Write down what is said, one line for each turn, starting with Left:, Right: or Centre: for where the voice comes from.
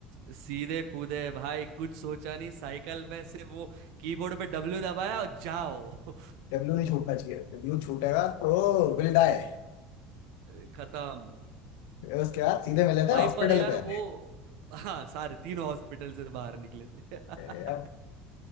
Right: सीधे कूदे भाई कुछ सोचा नहीं साइकिल में से वो कीबोर्ड पे डब्ल्यू दबाया और जाओ
Left: डब्ल्यू नहीं छूटना चाहिए डब्ल्यू छूटेगा तो विल डाई
Right: <laughs> खत्म
Left: उसके बाद सीधे मिले थे
Right: भाई
Left: हॉस्पिटल
Right: पर यार
Left: पे
Right: वो हाँ सारे तीनों हॉस्पिटल से बाहर निकले थे <laughs>
Left: ए, अब